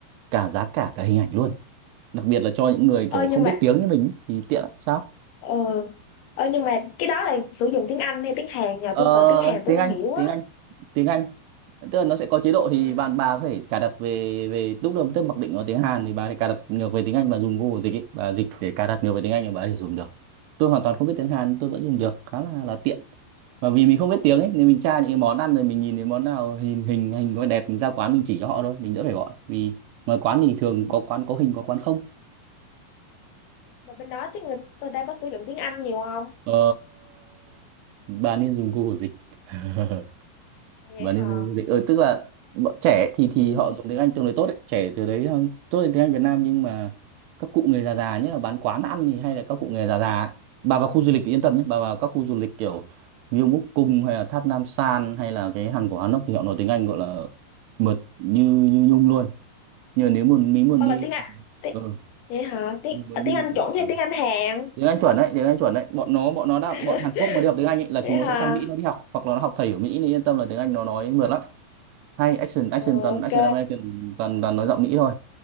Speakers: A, on the right; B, on the left.
A: cả giá cả cả hình ảnh luôn đặc biệt là cho những người
B: Ờ,
A: kiểu không
B: nhưng mà
A: biết tiếng như mình ấy, thì tiện lắm sao
B: ờ ờ, nhưng mà cái đó là sử dụng tiếng Anh hay tiếng Hàn nhờ
A: Ờ,
B: tôi sợ tiếng Hàn
A: tiếng
B: tôi không
A: Anh
B: hiểu
A: tiếng
B: á
A: Anh tiếng Anh tức là nó sẽ có chế độ
B: à,
A: thì bạn bà có thể cài đặt về về lúc đầu tức mặc định nó tiếng Hàn thì bà thì cài đặt ngược về tiếng Anh và dùng Google dịch ấy. Bà dịch để cài đặt ngược về tiếng Anh thì bà thì dùng được tôi hoàn toàn không biết tiếng Hàn tôi vẫn dùng được khá là là tiện và vì mình không biết tiếng ấy nên mình tra những cái món ăn rồi mình nhìn thấy món nào hình hình hình có vẻ đẹp mình ra quán mình chỉ cho họ thôi mình đỡ phải gọi vì ngoài quán thì thường
B: ừm.
A: có quán có hình có quán không
B: mà bên đó chắc người, người ta có sử dụng tiếng Anh nhiều không
A: ờ, bà nên dùng Google dịch <laughs>
B: à, vậy
A: và
B: hả
A: nên dịch ờ, tức là bọn trẻ thì
B: Ừm.
A: thì họ dùng tiếng Anh tương đối tốt đấy trẻ từ đấy ờ, tốt lên tiếng Anh Việt Nam nhưng mà các cụ người già già nhất là bán quán ăn thì hay là các cụ người già già ấy. bà vào khu du lịch thì yên tâm nhé bà vào các khu du lịch kiểu Gyeonguk Úc Cung hay là Tháp Nam San hay là cái hang của Hanok thì họ nói tiếng Anh gọi là mượt như như nhung luôn nhưng mà nếu muốn mình muốn
B: ờ
A: đi
B: mà tiếng Anh tiếng,
A: ừ,
B: vậy hả tiếng
A: mình muốn
B: ờ,
A: đi
B: tiếng Anh
A: kiểu
B: chuẩn hay
A: ừ.
B: tiếng Anh Hàn
A: tiếng Anh chuẩn đấy tiếng Anh chuẩn đấy bọn nó bọn nó
B: <laughs>
A: đã bọn Hàn Quốc mà đi học tiếng Anh ấy, là
B: vậy
A: chúng nó
B: hả
A: sẽ sang Mỹ nó đi học hoặc là nó học thầy ở Mỹ thì yên tâm là tiếng Anh nó nói mượt lắm hay action
B: ờ,
A: action toàn
B: ok
A: action American toàn toàn nói giọng Mỹ thôi